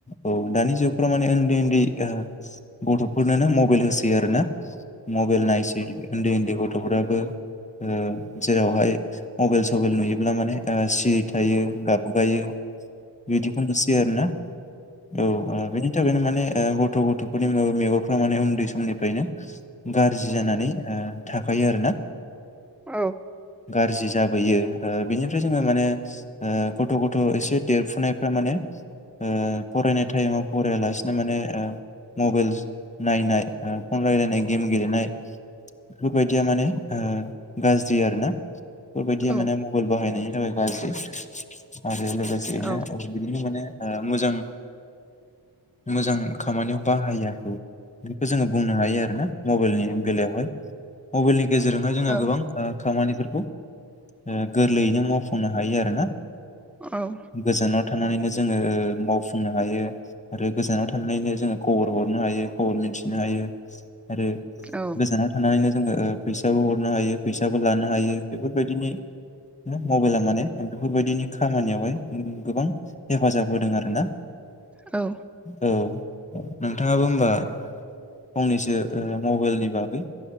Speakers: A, on the left (about 15°); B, in the centre.
A: औ दानि जुगफ्राव माने उन्दै उन्दै ओ गथ'फोरनोनो मबाइल होसोै आरो ना मबाइल नायसै उन्दै उन्दै गथ' गथ'फ्राबो ओ जेरावहाय मबेल सबेल नुयोब्ला माने ओ <unintelligible> थायो गाबगायो बिदिखौनोसै आरोना औ बिदि थनो माने गथ' गथ'फोरनि मेगनफ्रा माने उन्दै समनिफ्रायनो गाज्रि जानानै ओ थाखायो आरोना।
B: औ
A: गारजि जाबोयो ओ बिनिफ्राय जोङो माने ओ गथ' गथ' एसे देरफुनायफ्रा माने ओ फरायनाय टाइमाव फरायालासिनो माने ओ मबेलस नायनाय ओ फन रायलायनाय गेम गेलेनाय बेफोरबायदिया माने ओ गाज्रि आरोना बेफोरबायदिया
B: औ
A: माने म बाइल बाहाय नायनि थाखाय गाज्रि आरो लोगोसेयैनो
B: औ
A: बिदिनो माने आ मोजां मोजां खामानियाव बाहायाखै बेखौ जोङो बुंनो हायो आरोना मबाइलनि बेलायावहाय। मबाइलनि गेजेरजोंहाय जोङो
B: औ
A: गोबां ओ खामानिफोरखौ ओ गोरलैयैनो माव फुंनो हायो आरो ना।
B: औ।
A: गोजानाव थानानैनो जोङो ओ मावफुंनो हायो आरो गोजानाव थांनानैनो जोङो खबर हरनो हायो खबर मिथिनो हायो आरो
B: औ
A: गोजानाव थानानैनो जोङो ओ फैसाबो हरनो हायो फैसाबो लानो हायो बेफोरबादिनो ओ मबाइला माने बेफोरबादिनि खामानिआवहाय गोबां हेफाजाब होदों आरोना
B: औ
A: औ नोंथांआबो होमबा फंनैसो मबेलनि बागै